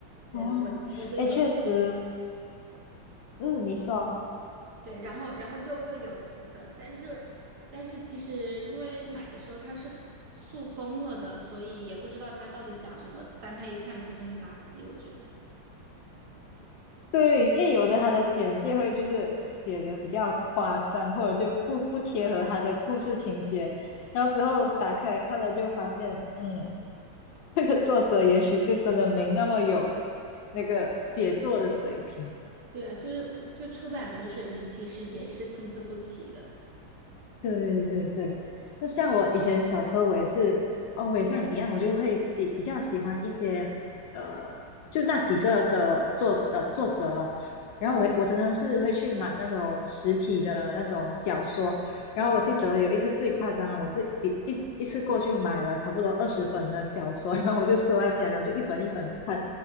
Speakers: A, on the right; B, on the left.
A: 对，
B: 哦，
A: 我我就有。
B: 哎，确实，嗯，你说
A: 对，然后然后就会有几本，但是但是其实因为买的时候它是塑封了的，所以也不知道它到底讲什么。翻开一看，其实很垃圾，我觉得。
B: 对，因为有的他的简介会就是写的比较夸张，或者就不不贴合他的故事情节，然后之后打开来看了就发现，嗯。那个作者也许就真的没那么有那个写作的水平。
A: 对啊，就是就出版的水平其实也是参差不齐的。
B: 对对对，那像我以前小时候，我也是，哦，我也像你一样，我就会比比较喜欢一些，呃，就那几个的作呃作者咯。然后我我真的是会去买那种实体的那种小说。然后我记得有一次最夸张，我是一一一次过就买了差不多二十本的小说，然后我就收在家，然后就一本一本看。